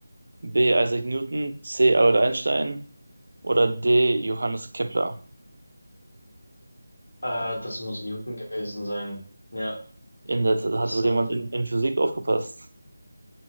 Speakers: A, on the right; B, on the left.
A: B. Isaac Newton, C. Albert Einstein oder D. Johannes Kepler?
B: Äh, das muss Newton gewesen sein. Ja,
A: In der, da
B: das,
A: hat wohl
B: ähm,
A: jemand in, in Physik aufgepasst.